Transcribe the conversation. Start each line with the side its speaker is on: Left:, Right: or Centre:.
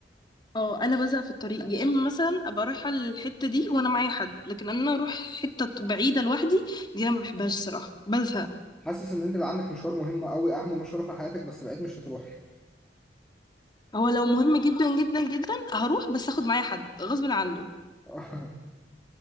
Left: اه انا بزهق في الطريق يا اما مثلا ابقى رايحه الحته دي وانا معايا حد لكن انا اروح حته بعيده لوحدي دي انا ما بحبهاش الصراحه بزهق
Centre: حاسس ان انت اللي عندك مشوار مهم قوي اهم مشوار في حياتك بس بعيد مش هتروحي
Left: هو لو مهم جدا جدا جدا هروح بس اخد معايا حد غصب عنه
Centre: <laughs>